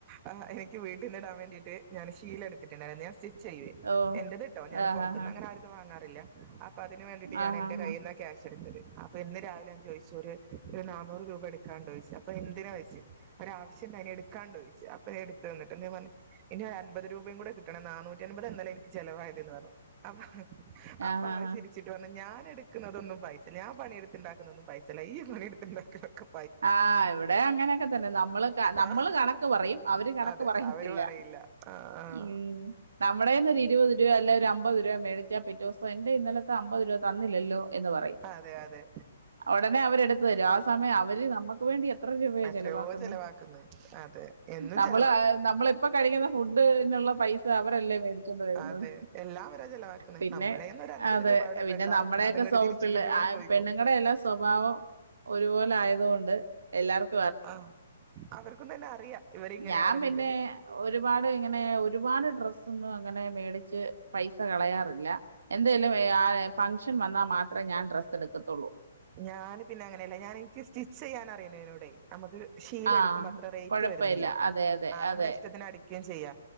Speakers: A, on the right; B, on the right.
A: ഹ് എനിക്ക് വീട്ടിന്നിടാൻ വേണ്ടിട്ട് ഞാന് ഷീല എടുത്തിട്ടുണ്ടായിരിന്നു ഞാൻ സി സിച്ച് ചെയ്യുവെ.
B: ഓ
A: എന്റേത് ട്ടോ ഞാൻ
B: ആഹാഹാ
A: പുറത്ത്ന്ന് അങ്ങനെ ആരതും വാങ്ങ ഇല്ല അ പ്പതിന് വേണ്ടിട്ട് ഞാനെന്റെ
B: ആഹാഹാ
A: കയ്യിന്ന ക്യാഷ് ച്ചെടുത്തത് അപ്പൊ ഇന്ന് രാവിലെ ഞാ ചോയ് ച്ചൊരു <unintelligible> നൂറ് രൂപ എടുക്കാണ്ടോച്ചു അപ്പൊ എന്തിനാ വെച്ച് ഒരാവശ്യണ്ടായിന് എടുക്കാണ്ടോയ്ച്ചു അപ്പോ എടുത്തന്നിട്ട് എന്തെ പറഞ്ഞ ഇനി അൻപത് രൂപയും കൂടെ കിട്ടണം നാനൂറ്റി എൻപത് ഇന്നലെ എനിക്ക് ചെിലവായതേന്‌ പറഞ്ഞു. അപ്പൊ അപ്പോ
B: ആഹാഹാ
A: ആള് ചിരിച്ചിട്ട് പറഞ്ഞ് ഞാൻ എടുക്കുന്നതൊന്നും പൈസില്ലഞാപ് പണിയെടുത്തിണ്ടാക്കുന്ന ഒും പൈസല്ല ഈ പണെടുത്ത് പി ന്നെ കിതക്കും
B: ആ ഇവിടെ അങ്ങനെയൊക്കെ തന്നെ നമ്മള് നമ്മള്
A: ആഹ്
B: കണക്ക് പറയും അവര് കണക്ക്
A: അതെ
B: പറയത്തില്ല
A: അവര് പറയില്ല ആഹ്
B: മ്മ് നമ്മടെന്നൊരു ഇരുപത് രു അല്ല ഒരു അമ്പത് രുപ മേടിച്ചാൽ പിറ്റോസം ന്റെ ഇന്നലത്തെ അമ്പത് രൂപ തന്നില്ലല്ലോ എന്ന് പറയും.
A: അതെ അതെ
B: ഉടനെ അവരെടുത്തു തരും ആ സമയം ഇവര് നമക്ക് വെണ്ടി എത് ത്ര രൂപയാ
A: എത്രയോ
B: ചെലവാക്കുന്നെ
A: ചെലവാക്കുന്ന് അതെ എന്നും
B: നമ്മൾ
A: ചെലവാക്കുന്ന്
B: നമ്മ്മളിപ്പ കഴിക്കുന്ന ഫുഡിനുള്ള പൈസ അവരല്ലേ മേടിച്ചൊണ്ട വരുന്നത്
A: അതെ എല്ലാം അവരാ ചെലവാക്കുന്നെ
B: പിന്നെ
A: നമ്മുടെന്ന് ഒരു അൻപത്
B: അതേ
A: രൂപ അവിടെ
B: പിന്നെ
A: പെട്ടാ
B: നമ്മുടെക്കെ
A: അതങ്ങോട്ട്
B: സ്വപ്പിലെ
A: തിരിച്ച് കിട്ടിയോളും ചോദിക്കും
B: പെണ്ണുങ്ങടെ എല്ലാം സ്വഭാവം ഒരുപോലെ ആയ ഒണ്ട് എല്ലാർക്
A: അ ആ അവർ പ്പോ പിന്നെ അറിയാം ഇവരിങ്ങനെയാണെന്നുള്ളത്
B: ഞാ പിന്നെ ഒരു പാടിങ്ങനെ ഒരുപാട് ഡ്രസ്സ്‌- പ്പൊന്നും അങ്ങനെ മേടിച് പൈസ കളയാറിപ്ല എന്തേലും ആ ഫങ്ക്ഷന് വന്നാൽ മാത്രേ ഞാൻ ഡ്രസ്സ്‌ എടുക്കു ഒക്കത്തൊള്ളൂ
A: ഞാന് പിന്നെ അങ്ങനെയല്ല ഞാന് എനിക്ക് സ്റ്റിച് ചെയ്യാൻ അറിണിണോട് നമുക്ക്- ശീലെടുക്കുമ്പം
B: ആഹ്
A: അത്ര റേറ്റ്
B: കൊഴപ്പമില്ല
A: വരുന്നില്ല
B: അതെ അതെ
A: ആ നമ്മുടെ
B: അതെ
A: ഇഷ്ടത്തിന് അടിക്കേം ചെയ്യ